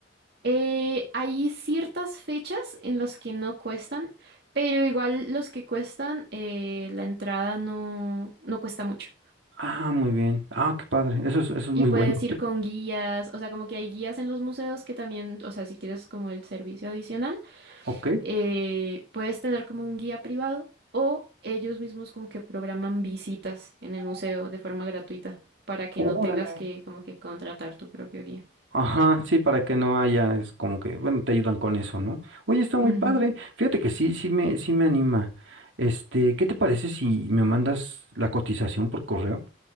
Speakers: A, on the right; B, on the right.
A: Eh, hay ciertas fechas en las que no cuestan, pero igual los que cuestan, eh, la entrada no, no cuesta mucho.
B: Ah, muy bien. Ah, qué padre. Eso es, eso es muy
A: Y puedes
B: bueno.
A: ir con guías, o sea, como que hay guías en los museos que también, o sea, si quieres como el servicio adicional,
B: Ok.
A: eh, puedes tener como un guía privado o ellos mismos como que programan visitas en el museo de forma gratuita para que no
B: Órale.
A: tengas que como que contratar tu propio guía.
B: Ajá, sí, para que no haya, es como que, bueno, te ayudan con eso, ¿no? Oye, está muy
A: Ujú,
B: padre. Fíjate que sí, sí me, sí me anima. Este, ¿qué te parece si me mandas la cotización por correo?